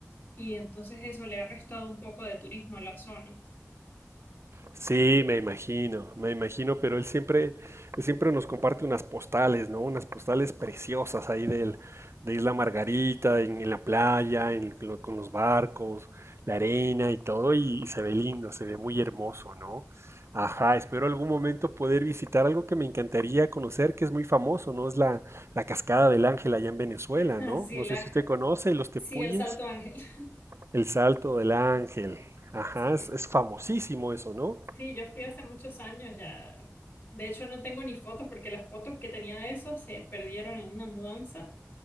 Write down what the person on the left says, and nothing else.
y entonces eso le ha restado un poco de turismo a la zona.
<laughs> Así
la,
sí, el Salto Ángel. <laughs>
Sí,
sí.
Sí, yo fui hace muchos años ya. De hecho, no tengo ni fotos porque las fotos que tenía de eso se perdieron en una mudanza